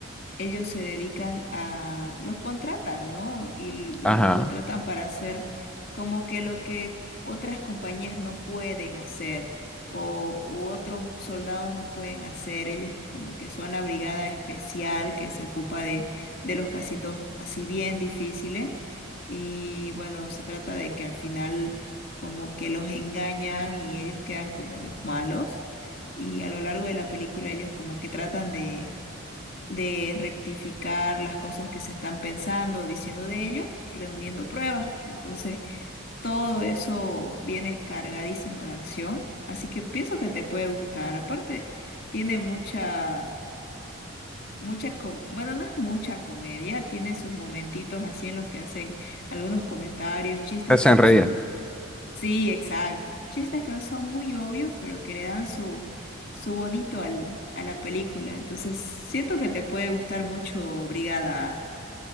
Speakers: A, on the left; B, in the centre.
A: ellos se dedican a, los contratan, ¿no? Y l-
B: Ajá.
A: los contratan para hacer como que lo que otras compañías no pueden hacer o u otros soldados no pueden hacer. Ellos como que son la brigada especial que se ocupa de, de los casitos así bien difíciles. Y bueno, se trata de que al final como que los engañan y ellos quedan como los malos. Y a lo largo de la película ellos como que tratan de de rectificar las cosas que se están pensando o diciendo de ello, reuniendo pruebas. Entonces, todo eso viene cargadísimo de acción, así que pienso que te puede gustar. Aparte, tiene mucha, mucha, com- bueno, no es mucha comedia, tiene sus momentitos así en los que hacen algunos comentarios, chistes
B: Te hacen
A: que no
B: reír.
A: son Sí, exacto. Chistes que no son muy obvios, pero que le dan su, su bonito al, a la película. Entonces, siento que te puede gustar mucho Brigada.